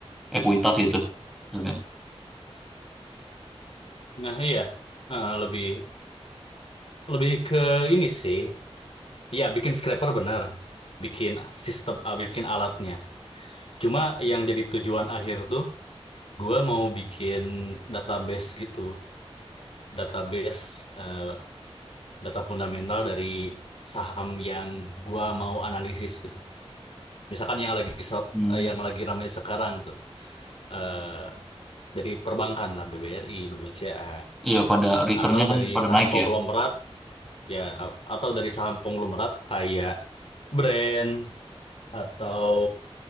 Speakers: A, in the centre; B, on the left (about 60°).
A: ekuitas gitu maksudnya.
B: Nah, iya. Ah, lebih lebih ke ini sih. Ya, bikin scraper benar. Bikin sistem, ah, bikin alatnya. Cuma yang jadi tujuan akhir tuh, gua mau bikin database gitu. Database eh, data fundamental dari saham yang gua mau analisis gitu. Misalkan yang lagi so-
A: Hmm.
B: eh, yang lagi ramai sekarang tuh. eh dari perbankan lah, BBRI, BBCA.
A: Iya pada returnnya
B: Atau
A: kan
B: dari
A: pada
B: saham
A: naik
B: konglomerat
A: ya.
B: ya atau dari saham konglomerat kayak brand atau